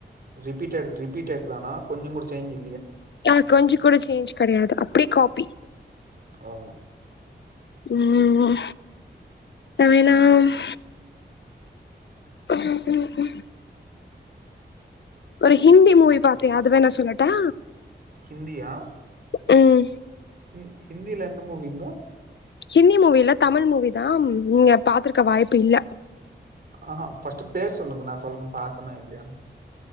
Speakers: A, on the right; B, on the left.
A: ரிபீட் டட் ரிப்பீட்டட்தானா கொஞ்சங் கூட சேஞ்சு
B: ஆ கொஞ்ச கூட சேஞ்ச் கெடையாது அப்படியே காப்பி.
A: ஓ
B: ம் வேண்ணா ம் ம் ம் ம் ஒரு ஹிந்தி மூவி பாத்தே அது வேண்ணா சொல்லட்டா?
A: ஹிந்தியா?
B: ம்
A: ஹி ஹிந்தில என்ன மூவிங்கோ?
B: ஹிந்தி மூவி இல்ல தமிழ் மூவிதா ம் நீங்க பாத்துருக்க வாய்ப்பு இல்ல
A: ஆ ஹா ஃபஸ்ட்டு பேர் சொல்லுங்க நா சொல்ற பாத்தனா இல்லயானு